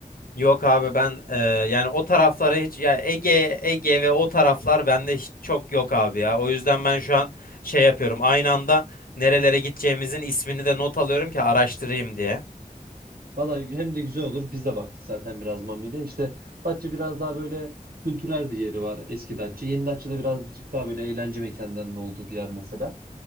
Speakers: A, on the left (about 75°); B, on the right (about 85°).
A: Yok abi ben e, yani o taraflara hiç yani Ege Ege ve o taraflar bende hiç çok yok abi ya. O yüzden ben şu an şey yapıyorum. Aynı anda nerelere gideceğimizin ismini de not alıyorum ki araştırayım diye.
B: Valla hem de güzel olur. Biz de baktık zaten biraz Mami'yle. İşte Datça biraz daha böyle kültürel bir yeri var eski Datça. Yeni Datça'da birazcık daha böyle eğlence mekanlarının olduğu bir yer mesela.